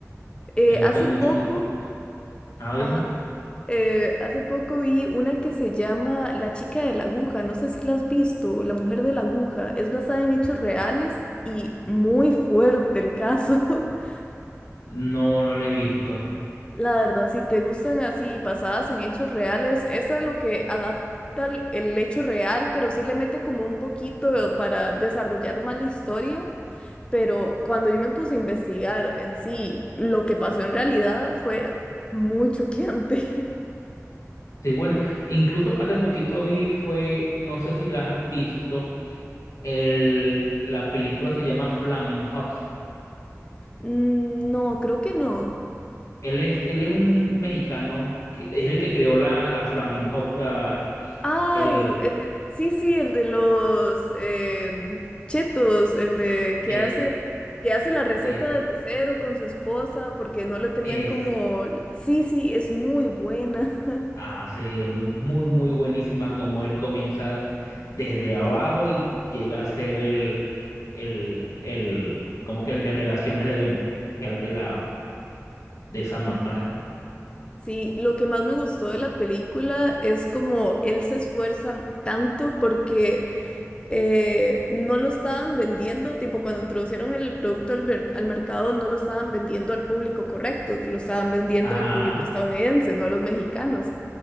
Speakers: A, on the left; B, on the left.
A: Eh,
B: Me gusta
A: hace
B: mucho
A: poco,
B: ese tipo. de- Ah, dime.
A: ajá, eh, hace poco vi una que se llama La chica de la aguja, no sé si la has visto, La mujer de la aguja, es basada en hechos reales y muy fuerte el caso. <laughs>
B: No, no lo he visto.
A: La verdad, si te gustan así basadas en hechos reales, esa es lo que adapta el, el hecho real, pero sí le mete como un poquito para desarrollar más la historia. Pero cuando yo me puse a investigar en sí, lo que pasó en realidad fue muy choqueante. <laughs>
B: Sí, bueno, incluso hace poquito vi, fue, no sé si la has visto, el, la película se llama Flaming hawks
A: Mm, No, creo que no.
B: Él es, él es un mexicano, que, es el que creó la, la Flaming Hot, la,
A: Ay,
B: el,
A: eh, sí, sí, el de los em, chetos, el de que
B: eh,
A: hace, que hace la receta
B: eh,
A: desde cero con su esposa porque no le tenían
B: es,
A: como... Sí, sí, es muy buena. <laughs>
B: ah, sí, es muy, muy, muy buenísima como él comienza desde abajo y llega a ser el, el, el, como que el de relaciones de venta de la, de esa marca.
A: Sí, lo que más me gustó de la película es como él se esfuerza tanto porque... eh, no lo estaban vendiendo, tipo cuando introducieron el producto al, ver- al mercado, no lo estaban vendiendo al público correcto, lo estaban vendiendo
B: Ajá,
A: al público estadounidense, no a los mexicanos.